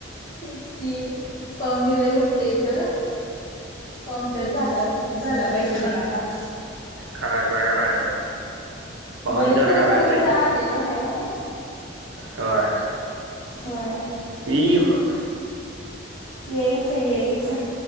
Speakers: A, on the left; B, on the right.
A: तेच कि, पाहुणी लय मोठी आहे इथं, पाहुणचार झाला झाला पाहिजे मनासारखा,
B: करायचा, करायचा, पाहुणचार
A: बरेच दिवस
B: करायचा
A: झालं खर
B: की
A: आलेलो नाही वहनी,
B: होय,
A: होय,
B: एकी मग,
A: येईच आहे येईच आहे.